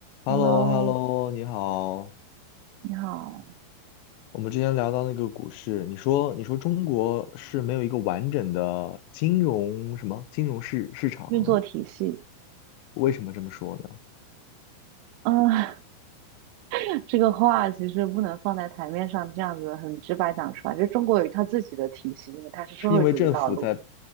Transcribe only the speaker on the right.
Hello，
你好。
运作体系，
啊、<laughs> 这个话其实不能放在台面上这样子很直白讲出来。就中国有一套自己的体系，因为它是社会主义道路。